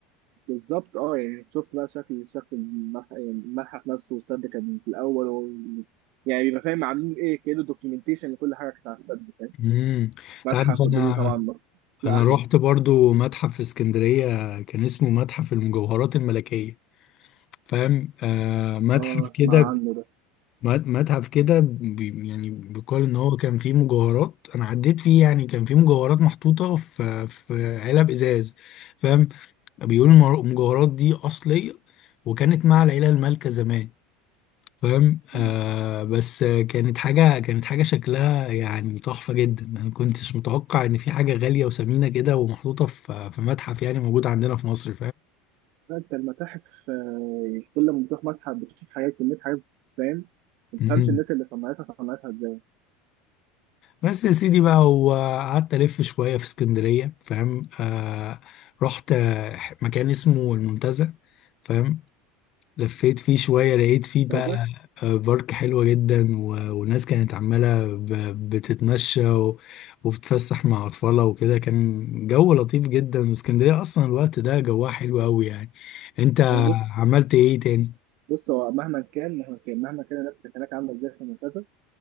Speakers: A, on the right; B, on the left.
A: بالظبط اه يعني شفت بقى شكل شكل الملح- يعني الملحق نفسه والسد كان في الاول و... يعني بيبقى فاهم عاملين ايه كده دوكيومنتيشن لكل حاجه كانت على السد فاهم
B: امم انت
A: متحف
B: عارف انا
A: والدنيا طبعا مصر لا
B: انا
A: احلى
B: رحت برضو متحف في اسكندرية كان اسمه متحف المجوهرات الملكية فاهم آه متحف
A: اه اسمع
B: كده
A: عنه ده
B: مت- متحف كده بي- يعني بيقال ان هو كان فيه مجوهرات انا عديت فيه يعني كان فيه مجوهرات محطوطه في في علب ازاز فاهم بيقولوا المر- المجوهرات دي اصليه وكانت مع العيله المالكه زمان فاهم
A: مم.
B: آه بس كانت حاجه كانت حاجه شكلها يعني تحفه جدا انا كنتش متوقع ان في حاجه غاليه وثمينه كده ومحطوطه في في متحف يعني موجود عندنا في مصر
A: انت المتاحف آه، يعني كل ما بتروح متحف بتشوف حاجات كميه حاجات فاهم ما
B: فاهم
A: تفهمش الناس اللي صنعتها صنعتها ازاي
B: بس يا سيدي بقى وقعدت ألف شوية في اسكندرية فاهم آه رحت آه، مكان اسمه المنتزه فاهم لفيت فيه شوية لقيت فيه بقى
A: ممتازه
B: آه، بارك حلوة جدا و- والناس كانت عمالة ب- بتتمشى و- وبتفسح مع أطفالها وكده كان جو لطيف جدا واسكندرية أصلا الوقت ده جوها حلو أوي يعني أنت
A: يعني بص
B: عملت إيه تاني؟
A: بص هو مهما كان مهما كان مهما كان الناس كانت هناك عامله ازاي في ممتازه